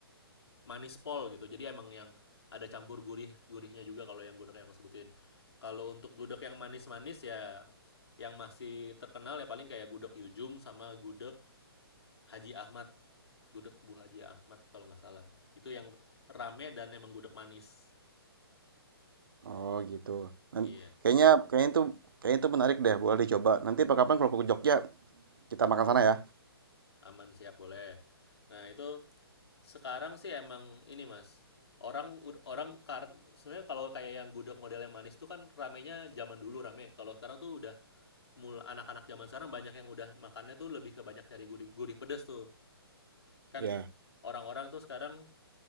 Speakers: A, on the left; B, on the right.
A: manis pol gitu. Jadi emang yang ada campur gurih-gurihnya juga kalau yang gudeg yang aku sebutin. Kalau untuk gudeg yang manis-manis ya yang masih terkenal ya paling kayak gudeg Yujum sama gudeg Haji Ahmad. Gudeg Bu Haji Ahmad kalau nggak salah. Itu yang rame dan emang gudeg manis.
B: Oh, gitu. Nan-
A: Iya,
B: kayaknya kayaknya itu kayaknya itu menarik deh, boleh dicoba. Nanti apa kapan kalau ke Jogja kita makan sana ya.
A: aman siap boleh. Nah, itu sekarang sih emang ini mas orang orang kar sebenarnya kalau kayak yang gudeg model yang manis tuh kan ramenya zaman dulu rame kalau sekarang tuh udah mul anak-anak zaman sekarang banyak yang udah makannya tuh lebih ke banyak nyari gurih gurih pedes tuh kan
B: Iya,
A: orang-orang tuh sekarang